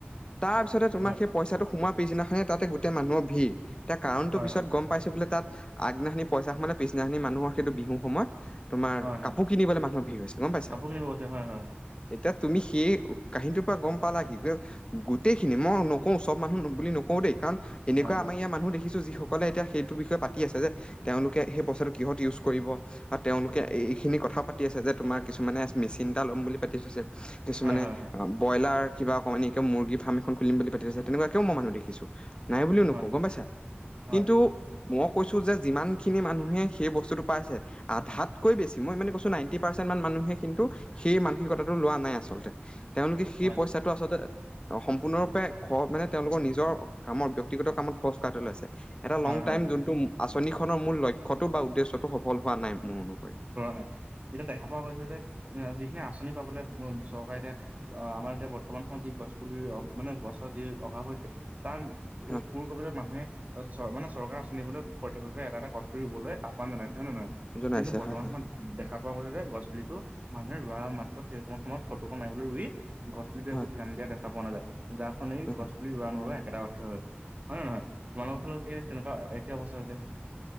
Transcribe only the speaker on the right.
হয় হয়
হয়
হয়
হয় হয়
কাপোৰ কিনিব গৈছে হয় হয় হয়
হয়, হয়।
হয়, হয়, হয়।
হয়,
হয়,
হয়।
হয়,
হয়,
হয়।
নাই কিন্তু দেখা পোৱা গৈছে যে যি আঁচনি পাবলে চৰকাৰে এতিয়া আমাৰ এতিয়া বৰ্তমান সময়ত যি গছ পুলি ৰো মানে গছৰ যি অভাৱ হৈছে তাৰ
পুৰ কৰিবলে মানুহে মানে চৰকাৰ আঁচনিবলৈ প্ৰত্যেকে এটা এটা গছ পুলি ৰুবলৈ আহ্বান জনাইছে হয় নে নহয়?
কিন্তু বৰ্তমান
সময়ত দেখা পোৱা গৈছে যে গছ পুলিতো মানুহে ৰোৱা মাত্ৰ সেইকন সময়ত ফটোখন মাৰিবলৈ ৰুই গছ পুলিতো
একো ধ্যান দিয়া দেখা পোৱা নাযায় যাৰ ফলত
গছ পুলি ৰোৱা নোৰোৱা একেটা অৰ্থ হৈছে। হয় নহয় তোমালোকৰ ফালও চাগে তেনেকুৱা একে অৱস্থা হৈছে।